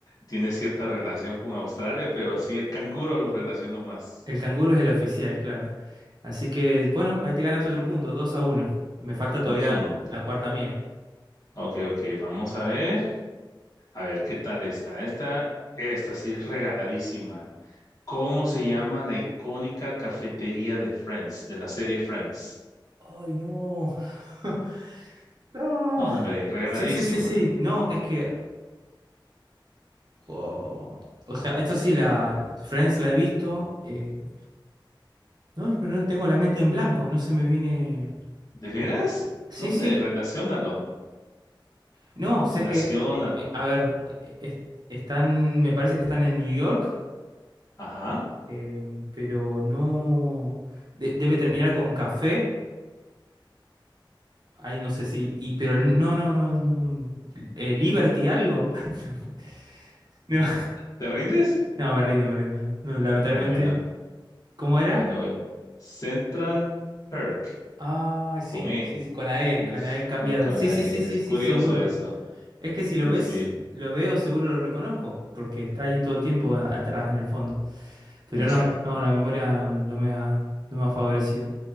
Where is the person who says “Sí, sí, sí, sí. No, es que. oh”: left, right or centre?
Right